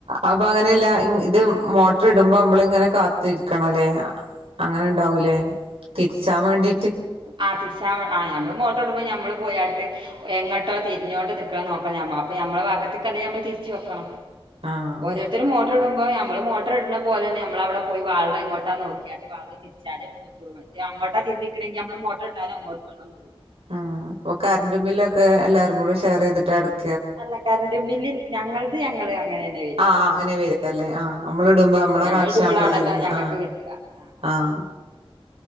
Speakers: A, on the right; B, on the right.
A: അപ്പൊ അങ്ങനെ അല്ല ഇത് മോട്ടർ ഇടുമ്പോ നമ്മളിങ്ങനെ കാത്തിരിക്കണം അല്ലേ അങ്ങനെ ഉണ്ടാവൂലേ തിരിച്ചാൻ വേണ്ടിയിട്ട്
B: ആഹ് തിരിച്ച ആഹ് നമ്മൾ മോട്ടർ ഇടുമ്പോൾ നമ്മൾ പോയട്ട് എങ്ങോട്ടോ തിരിഞ്ഞോണ്ട് നിൽക്കണം നോക്കണം അപ്പ ഞമ്മള ഭാഗത്തേക്കല്ലേ ഞമ്മള് തിരിച്ചു വെക്കണം
A: ആഹ്
B: ഒരറ്റ ഓരോരുത്തര് മോട്ടർ ഇടുമ്പോ നമ്മള് മോട്ടർ ഇടുന്ന പോലെ തന്നെ ഞമ്മള് അവിടെ പോയി വാൾവ് എങ്ങോട്ടാ നോക്കാട്ട് തിരിച്ചാലും പറ്റുള്ളൂ മറ്റേ അങ്ങോട്ടാണ് തിരിഞ്ഞു നൽക്കണെങ്കിൽ മോട്ടർ ഇട്ടാൽ അങ്ങോട്ട് വെള്ളം പോകും
A: ആഹ് അപ്പൊ കറന്റ്റും ബില്ലൊക്കെ എല്ലാരും കൂടെ ഷെയർ ചെയ്തിട്ട് എടുക്ക്
B: അല്ല കറന്റ്‌ ബില്ല് ഞങ്ങളത് ഞങ്ങള് അങ്ങനെ തന്നെ വരിക
A: ആഹ് അങ്ങനെ വരില്ലേ ആഹ് നമ്മള് ഇടുമ്പോ
B: ആ
A: നമ്മള്
B: ഞങ്ങൾ
A: കണക്ഷൻ
B: ഇടുമ്പോളാണല്ലോ
A: നമ്മള് അതില
B: ഞങ്ങൾക്ക്
A: ആഹ്
B: കിട്ടുക ആ
A: ആഹ്